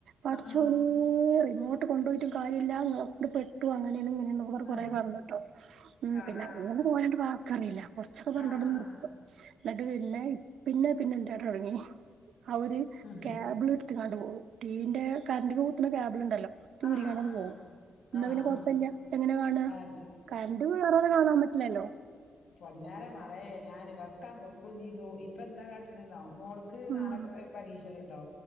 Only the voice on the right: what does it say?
പടച്ചോനെ
റിമോട്ട് കൊണ്ട് പോയിട്ടും കാര്യല്ലാ ഇങ്ങളെ കൊണ്ട് പെട്ടു അങ്ങനെണ് ഇങ്ങനേണ്ന്ന് പ അവർ കൊറെ
പറഞ്ഞുട്ടോ മ്മ്
പിന്നെ അങ്ങനെ പോയോണ്ട് വാക്കറിയില്ല കൊറച്ചൊക്കെ പറഞ്ഞിട്ടങ്ങോട്ട്
നിർത്തും എന്നിട്ട് പിന്നെ പിന്നെ പിന്നെ എന്താട്ട് തുടങ്ങി ആ ഒരു
കേബിള് എടുത്ത്ങ്ങാണ്ട് പോകും ടിവിന്റെ കറന്റില് കുത്തണ കേബിളുണ്ടല്ലോ അത്
ഊരിക്കാണ്ട് അങ്ങോട്ട് പോകും എന്നാ
പിന്നെ
കൊഴപ്പമില്ല എങ്ങനെ കാണ്ക
കറണ്ട് കേറാതെ കാണാൻ പറ്റില്ലല്ലോ
ഉം